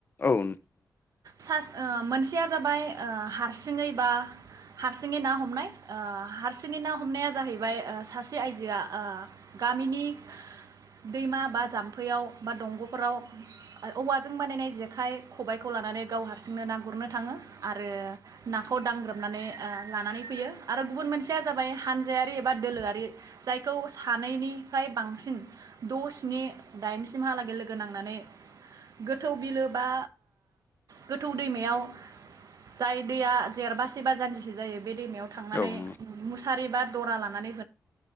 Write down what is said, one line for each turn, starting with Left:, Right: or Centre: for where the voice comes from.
Left: औ
Right: सा मोनसेया जाबाय आ हारसिङै बा हारसिङै ना हमनाय आ हारसिङै ना हमनाया जाहैबाय आ सासे आइजोआ गामिनि दैमा बा जाम्फैयाव बा दंग'फोराव औवाजों बानायनाय जेखाइ खबाइखौ लानानै गाव हारसिंनो ना गुरनो थाङो आरो नाखौ दांग्रोमनानै लानानै फैयो आरो गुबुन मोनसेया जाबाय हानजायारि एबा दोलोआारि जायखौ सानैनिफ्राय बांसिन द' स्नि दाइनसिमहालागै लोगो नांनानै गोथौ बिलो बा गोथौ दैमायाव जाय दैया जेरबसे बा जानजिसे जायो। बे दैमायाव थांनानै
Left: औ नोंथां
Right: मुस सारि बा दरा लानानै